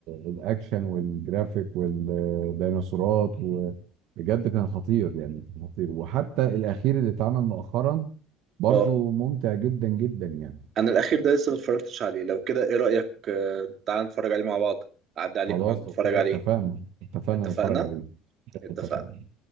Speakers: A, on the right; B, on the right.
A: الاكشن والجرافيك والديناصورات وبجد كان خطير يعني كان خطير وحتى الاخير اللي اتعمل مؤخرا برضو
B: اه
A: ممتع جدا جدا يعني
B: انا الاخير ده لسه ما اتفرجتش عليه لو كده ايه رايك آه، تعال نتفرج عليه مع بعض اعدي عليك
A: خلاص
B: ونقعد نتفرج
A: اوكي
B: عليه
A: اتفقنا اتفقنا
B: اتفقنا
A: نتفرج عليه
B: اتفقنا
A: اتفقنا